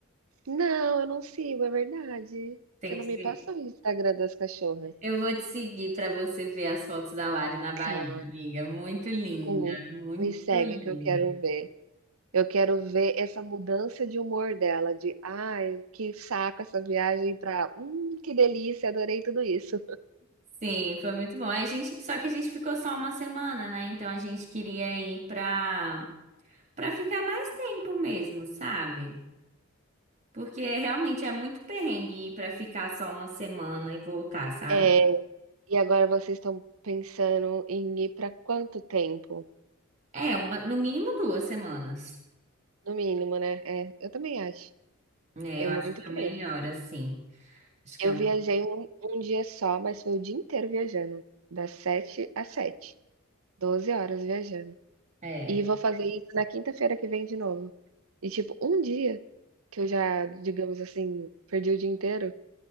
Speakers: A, on the right; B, on the right.
A: Não, eu não sigo, é verdade.
B: Tem
A: Você não
B: que.
A: me passou o Instagram das cachorras.
B: Eu vou te seguir para você ver as fotos da Lari na Bahia,
A: Tá,
B: amiga. Muito linda,
A: com
B: muito
A: me segue
B: linda.
A: que eu quero ver. Eu quero ver essa mudança de humor dela, de "Ai, que saco essa viagem", pra "Hum, que delícia, adorei tudo isso".
B: Sim, foi muito bom. É A gente, só que a gente ficou só uma semana, né? Então a gente queria ir para para ficar mais tempo mesmo, sabe? Porque realmente é muito perrengue ir para ficar só uma semana e voltar, sabe?
A: É, e agora vocês estão pensando em ir pra quanto tempo?
B: É, uma, no mínimo duas semanas.
A: No mínimo, né. É, eu também acho.
B: É,
A: É
B: eu
A: muito
B: acho que
A: que
B: é o melhor,
A: nem
B: assim. Acho que
A: eu
B: é, o-
A: viajei um um dia só, mas foi o dia inteiro viajando, das sete às sete, doze horas viajando.
B: é,
A: E vou fazer isso na quinta-feira que vem de novo. E, tipo, um dia que eu já, digamos assim, perdi o dia inteiro,